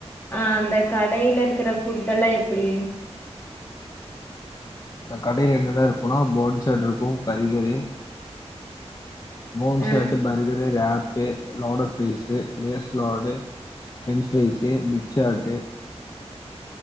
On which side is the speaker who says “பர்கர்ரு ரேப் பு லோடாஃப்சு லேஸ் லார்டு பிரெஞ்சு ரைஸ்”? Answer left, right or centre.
Left